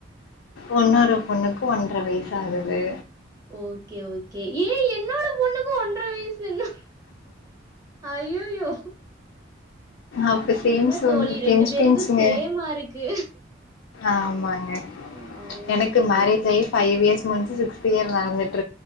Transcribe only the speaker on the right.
ஓகே ஓகே எ என்னோட பொண்ணுக்கும் ஒன்றர வயசுன அய்யயோ
என்ன
தோழி ரெண்டு
பேருக்கு
சேமா இருக்கு
ஆ
ஓகே
ஓகே